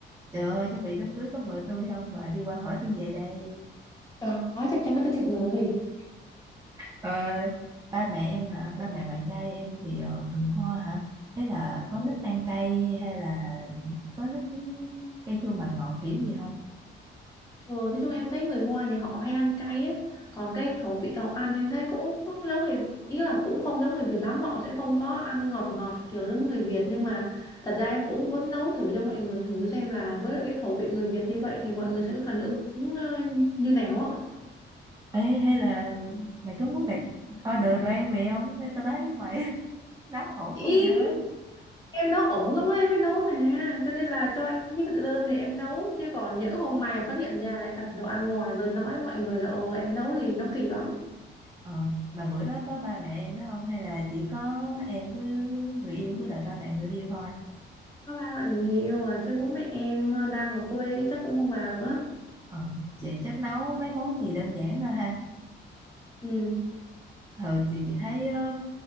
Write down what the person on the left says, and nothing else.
Có chắc chắn là có thiệp mời
Ừ,
ừ, nói chung em thấy người Hoa thì họ hay ăn cay á còn cái khẩu vị họ ăn em thấy cũng giống người ý là cũng không giống người Việt lắm họ sẽ không có ăn ngọt ngọt kiểu giống người Việt nhưng mà thật ra em cũng muốn nấu thử cho mọi người thử xem là với lại cái khẩu vị người Việt như vậy thì mọi người sẽ có phản ứng ờ, như nào á
ý
em nấu ổn lắm á, em mới nấu mà cho nên là cho em cái thực đơn để em nấu chứ còn nhỡ hôm mai phát hiện ra là em đặt đồ ăn ngoài rồi nói với mọi người là ồ em nấu thì nó kỳ lắm
có ba bạn người yêu à chứ bố mẹ em ờ, đang ở quê chắc cũng không vào được á
Ừ.